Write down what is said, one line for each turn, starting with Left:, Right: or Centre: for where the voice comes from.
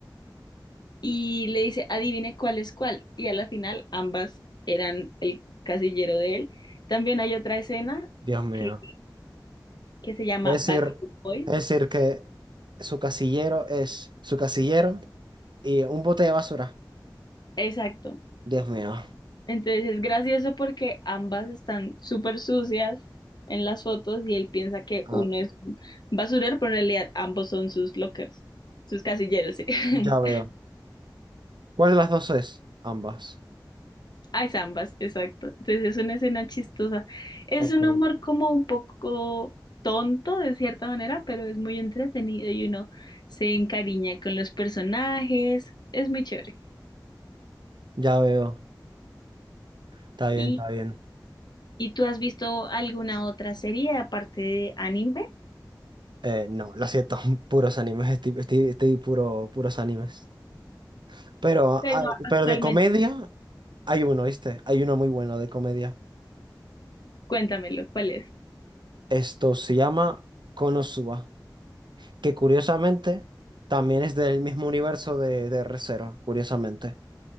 Left: Y le dice, adivine cuál es cuál. Y a la final ambas eran el casillero de él. También hay otra escena
Right: Dios mío.
Left: que, que se llama
Right: Es decir,
Left: Backstreet Boys.
Right: es decir que su casillero es su casillero y un bote de basura.
Left: Exacto.
Right: Dios mío.
Left: Entonces es gracioso porque ambas están súper sucias en las fotos y él piensa que
Right: Ah,
Left: uno es un basurero, pero en realidad ambos son sus lockers, sus casilleros, sí. <laughs>
Right: ya veo. ¿Cuál de las dos es? Ambas.
Left: Ah, es ambas, exacto. Entonces es una escena chistosa. Es
Right: Ok.
Left: un humor como un poco tonto de cierta manera, pero es muy entretenido y uno se encariña con los personajes. Es muy chévere.
Right: Ya veo. Está bien,
Left: ¿Y,
Right: está bien.
Left: y tú has visto alguna otra serie aparte de anime?
Right: Eh, no, lo siento, <laughs> puros animes, estoy, estoy, estoy puro, puros animes. Pero,
Left: Pero
Right: ah,
Left: actualmente.
Right: pero de comedia hay uno, ¿viste? Hay uno muy bueno de comedia.
Left: Cuéntamelo, ¿cuál es?
Right: Esto se llama Konosuba, que curiosamente también es del mismo universo de, de Re:Zero, curiosamente.